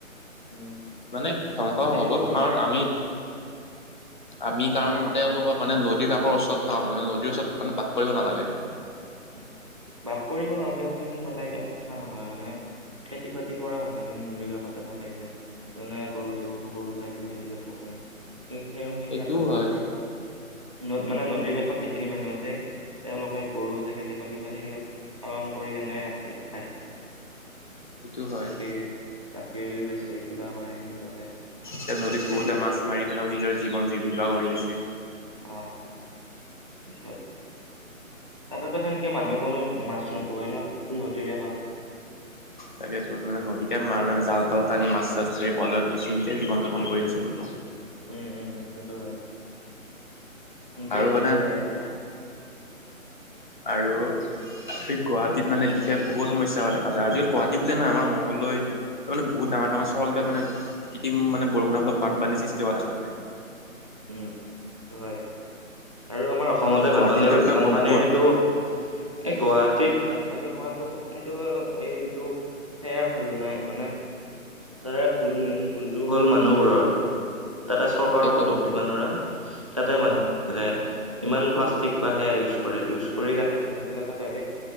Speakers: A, on the right; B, on the left.
A: উম।
B: মানে ধ্বংস
A: সেইটো
B: হ'বই
A: আমাৰ
B: কাৰণ আমি। আমি কাৰণ
A: আমাৰ অসম
B: তেওঁলোকৰ মানে নদীৰ কাষৰ ওচৰত থাকা মানুহ মানে নদীৰ ওচৰত মানে বাস কৰিব নালাগে।
A: উম বাস কৰিব নালাগে বুলি মানে এতিয়া কথা নহয় মানে। খেতি বাতি কৰা মানুহখিনি নদীৰ কাষতে থাকে যে যেনে গৰু-চৰু, গৰু, ছাগলী বেছিকে। পোহেই সেই সেইগিলাক
B: সেইটোও
A: মানুহৰ
B: হয়।
A: ধৰ। ন মানে নদীৰ কাষত যিখিনি মানুহ আছে তেওঁলোকে গৰু। ছাগলী বা কিবা সেইবিলাক পালন কৰি কানে আছে খাই
B: সেইটো হয়
A: গাখীৰ গাখীৰ বেছে কিবা কৰে সেনেকুৱাকে
B: এতিয়া
A: তাৰপিছত
B: নদীত
A: খেতি
B: বহুতে
A: বাতি
B: মাছ
A: কৰে
B: মাৰি কিনেও নিজৰ জীৱন জীৱিকা কৰি আছে।
A: অ <unintelligible> তাতেতো সেনেকে মানুহে কোনো মাছ নোপোহে ন চবতো নদীৰে মাছ
B: তাকে টো মানে নদীতে মানে জাল তাল টানি মাছ চাছ ধৰি বজাৰত বেছি এনকে জীৱন যাপন কৰি আছে বোলো।
A: উম উম সেইটো হয় হেনকে
B: আৰু
A: চলি
B: মানে
A: যায় আছে হা
B: আৰু সি গুৱাহাটীত মানে বিশেষ বহুত সমস্যা হোৱা দেখা যায় আজিকাল গুৱাহাটীতে বুলি নহয় আমাৰ মংগলদৈ মানে বহুত ডাঙৰ ডাঙৰ চহৰ বিলাক মানে কৃত্ৰিম মানে বৰষুণৰ ফলত বানপানী সৃষ্টি হোৱা দেখা যায়।
A: উম উ উ এইটো হয় আৰু আমাৰ অসমতে
B: গুৱাহাটীততো
A: বানপানীৰ
B: একদম
A: বানপানীৰ
B: অদ্ভুত
A: এইটো এই গুৱাহাটীত বানপানী হোৱাতটো সেইটো এইটো সেই আৰু ভুল নাই মানে ধাৰা ভুল মেইন ভুলটো হ'ল মানুহবোৰৰ তাতে চৰকাৰৰ
B: সেইটো
A: একো
B: হয়
A: দুখ দিবা তাতে মানুহ বিলাকে ইমান প্লাষ্টিক বা সেয়া ইউজ কৰে ইউজ কৰি কাৰনে মানুহবিলাকে ডাইৰেক্ট